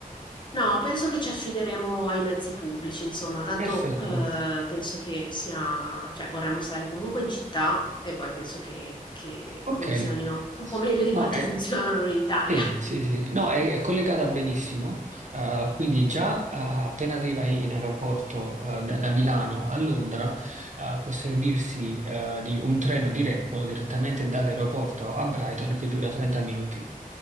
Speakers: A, on the left; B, on the right.
A: No, penso che ci affideremo ai mezzi pubblici, insomma, tanto
B: Perfetto.
A: eh, penso che sia, cioè vorremmo stare comunque in città e poi penso che, che
B: Ok.
A: funzionino un po' meglio di
B: No,
A: quanto
B: è.
A: <laughs> funzionano in Italia.
B: Sì, sì, sì. No, è, è collegata benissimo. Eh, quindi già eh, appena arriva in in aeroporto eh, da, da Milano a Londra, eh, può servirsi eh, di un treno diretto direttamente dall'aeroporto a Brighton che dura 30 minuti.